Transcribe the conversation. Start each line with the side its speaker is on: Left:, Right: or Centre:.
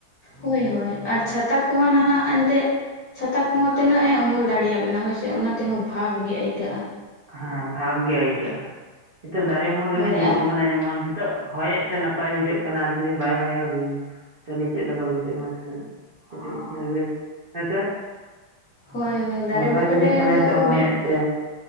Left: ᱦᱳᱭ ᱦᱳᱭ ᱟᱨ ᱪᱷᱟᱛᱟ ᱠᱚᱦᱚᱸ ᱱᱟᱦᱟᱜ ᱮᱱᱛᱮ ᱪᱷᱟᱛᱟ ᱠᱚᱦᱚᱸ ᱛᱤᱱᱟᱹᱜ ᱮ ᱩᱢᱩᱞ ᱫᱟᱲᱮᱭᱟᱵᱮᱱᱟ, ᱦᱳᱭ ᱥᱮ᱾ ᱚᱱᱟ ᱛᱮᱦᱚᱸ ᱵᱷᱟᱵᱽ ᱜᱮ ᱟᱹᱭᱠᱟᱹᱜᱼᱟ᱾
Right: ᱦᱮᱸ ᱵᱷᱟᱵᱽ ᱜᱮ ᱟᱹᱭᱠᱟᱹᱜᱼᱟ᱾ ᱱᱤᱛᱚᱜ ᱫᱟᱨᱮ ᱩᱢᱩᱞ ᱨᱮᱞᱤᱧ
Left: ᱦᱳᱭ
Right: ᱫᱩᱲᱩᱵ
Left: ᱟᱨ
Right: ᱟᱠᱟᱱᱟ, ᱡᱮᱢᱚᱱ ᱱᱤᱛᱚᱜ ᱦᱚᱭᱮᱫ- ᱛᱮ ᱱᱟᱯᱟᱭ ᱵᱩᱡᱷᱟᱹᱜ ᱠᱟᱱᱟ, ᱡᱩᱫᱤ ᱵᱟᱭ ᱦᱚᱭᱟ ᱜᱩᱢ- ᱛᱟᱦᱚᱞᱮ ᱪᱮᱫ ᱞᱮᱠᱟ ᱵᱩᱡᱷᱟᱹᱜᱼᱟ, ᱛᱟᱦᱚᱞᱮ ᱠᱟᱹᱴᱤᱡ ᱞᱟᱹᱭᱵᱤᱱ ᱦᱮᱸᱥᱮ?
Left: ᱦᱳᱭ ᱦᱳᱭ ᱫᱟᱨᱮ
Right: ᱱᱟᱯᱟᱭ
Left: ᱵᱩᱴᱟᱹ
Right: ᱵᱩᱡᱷᱟᱹᱜ
Left: ᱨᱮᱫᱚ
Right: ᱠᱟᱱᱟ, ᱱᱤᱛᱳᱜ ᱦᱚᱭ
Left: ᱢᱤᱫ
Right: ᱮᱫ ᱛᱮ᱾